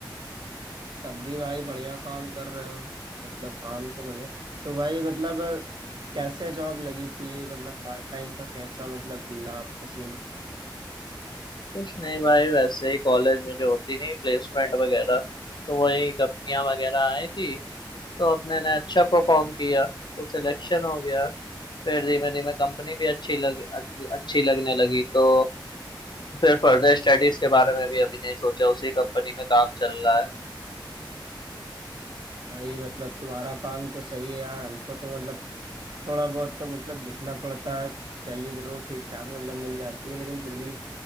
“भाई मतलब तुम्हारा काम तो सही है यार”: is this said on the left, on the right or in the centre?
Right